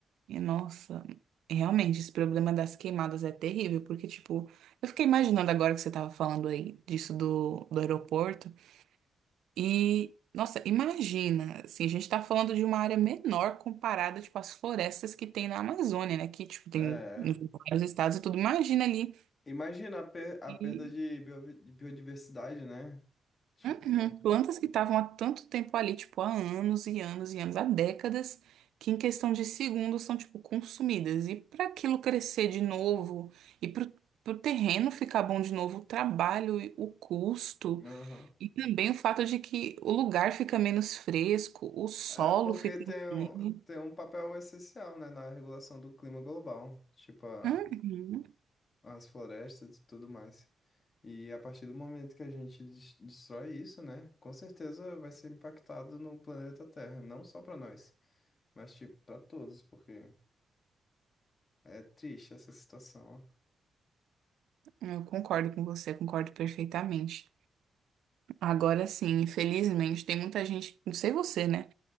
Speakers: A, on the right; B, on the left.
A: E nossa, realmente, esse problema das queimadas é terrível, porque, tipo, eu fiquei imaginando agora que você tava falando aí disso do, do aeroporto. E, nossa, imagina, assim, a gente tá falando de uma área menor comparada, tipo, às florestas que tem na Amazônia, né? Que, tipo, tem
B: É.
A: em vários estados e tudo. Imagina ali,
B: Imagina a, per- a
A: e,
B: perda de bio- de biodiversidade, né? Tipo,
A: uhum, plantas que estavam há tanto tempo ali, tipo, há anos e anos e anos, há décadas, que em questão de segundos são, tipo, consumidas. E para aquilo crescer de novo, e pro, pro terreno ficar bom de novo, o trabalho, e o custo.
B: aham.
A: E também o fato de que o lugar fica menos fresco, o solo
B: É porque
A: fica
B: tem,
A: estranho.
B: um- tem um papel essencial, né, na regulação do clima global, tipo a-
A: Uhum.
B: as florestas e tudo mais. E a partir do momento que a gente des- destrói isso, né, com certeza vai ser impactado no planeta Terra, não só para nós, mas tipo para todos, porque é triste essa situação.
A: Eu concordo com você, concordo perfeitamente. Agora sim, infelizmente, tem muita gente, não sei você, né?